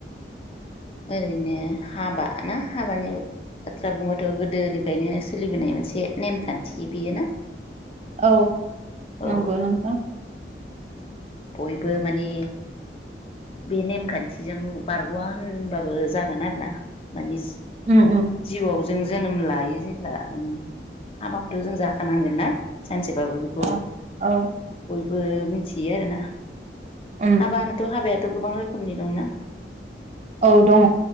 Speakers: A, on the left; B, on the right.
A: ओरैनो हाबा ना हाबानि बाथ्रा बुंबाथ' गोदोनिफ्रायनो सोलिबोनाय मोनसे नेमखान्थि बेयो ना।
B: औ
A: औ
B: नंगौ नोंथां।
A: बयबो माने बे नेमखान्थिजों बारग'वा होनबाबो जागोन आरोना माने
B: उम उम
A: जिउआव जों जोनोम लायो जेब्ला माने हाबाथ' जों जाखानांगोन ना? सानसेबाबो बेखौ
B: ओ औ
A: बयबो बो मोनथियो आरोना
B: उम
A: हाबानोथ' हाबाया थ' गोबां रोखोमनि दंना
B: औ दङ